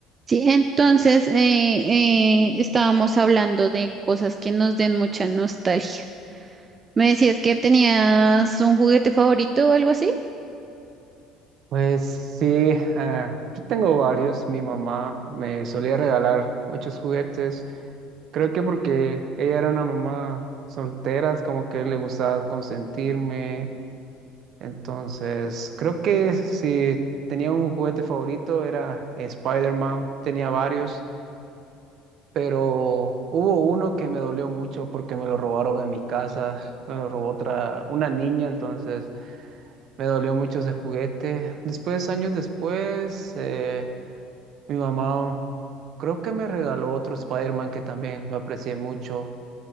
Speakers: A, on the right; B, on the right.
A: Sí, entonces eh, eh, estábamos hablando de cosas que nos den mucha nostalgia. ¿Me decías que tenías un juguete favorito o algo así?
B: Pues sí, ah, yo tengo varios. Mi mamá me solía regalar muchos juguetes. Creo que porque ella era una mamá soltera, es como que le gustaba consentirme. Entonces, creo que si tenía un juguete favorito era Spider-Man, tenía varios, pero hubo uno que me dolió mucho porque me lo robaron en mi casa, me lo robó otra, una niña, entonces me dolió mucho ese juguete. Después, años después, eh, mi mamá creo que me regaló otro Spider-Man que también lo aprecié mucho.